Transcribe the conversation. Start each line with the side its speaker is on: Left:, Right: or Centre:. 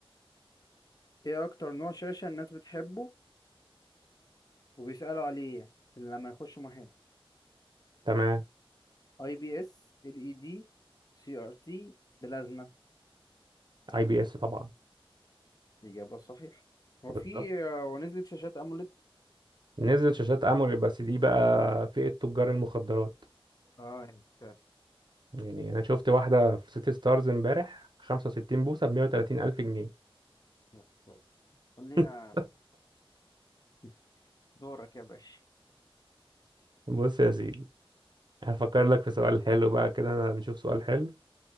Left: ايه اكتر نوع شاشة الناس بتحبه وبيسألوا عليه يعني، لما يخشوا محل
Right: تمام
Left: اي بي اس ال اي دي سي ار تي بلازما
Right: اي بي اس طبعا
Left: اجابة صحيحة هو
Right: بالظبط
Left: في هو نزلت شاشات اموليد
Right: نزلت شاشات اموليد بس دي بقى فئة تجار المخدرات
Left: اه يا ساتر
Right: يعني انا شفت واحدة في سيتي ستارز امبارح 65 بوصة ب 130 الف جنيه
Left: يا ساتر خلينا
Right: <laughs>
Left: <laughs> دورك يا باشا
Right: بص يا سيدي هفكر لك في سؤال حلو بقى كده نشوف سؤال حلو